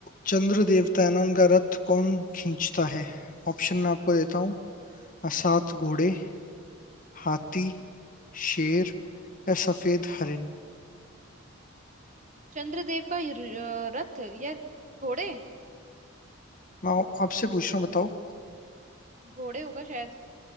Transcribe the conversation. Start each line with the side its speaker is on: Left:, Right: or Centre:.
Left: चंद्र देवता है ना उनका रथ कौन खींचता है ऑप्शन मैं आपको देता हूँ अ,
Right: हम्म
Left: सात घोड़े हाथी शेर या सफेद हरिन
Right: चंद्रदेव का ये र- रथ या घोड़े
Left: मैं आप- आपसे पूछ रहा हूँ बताओ
Right: घोड़े होगा शायद